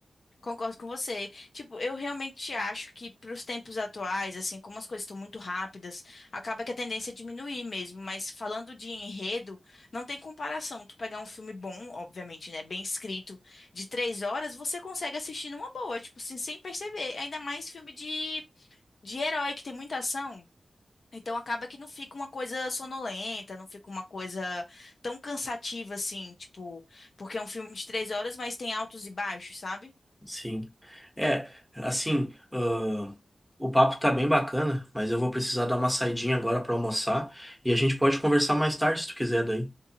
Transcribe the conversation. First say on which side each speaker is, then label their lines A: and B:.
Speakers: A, on the left (about 65°); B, in the centre.
A: Concordo com você. Tipo, eu realmente acho que para os tempos atuais, assim, como as coisas estão muito rápidas, acaba que a tendência é diminuir mesmo. Mas falando de enredo, não tem comparação. Tu pegar um filme bom, obviamente, né, bem escrito, de três horas, você consegue assistir numa boa, tipo, assim, sem perceber. Ainda mais filme de, de herói que tem muita ação. Então acaba que não fica uma coisa sonolenta, não fica uma coisa tão cansativa assim, tipo, porque é um filme de três horas, mas tem altos e baixos, sabe?
B: Sim. É, assim, ah, o papo tá bem bacana, mas eu vou precisar dar uma saidinha agora pra almoçar e a gente pode conversar mais tarde se tu quiser daí.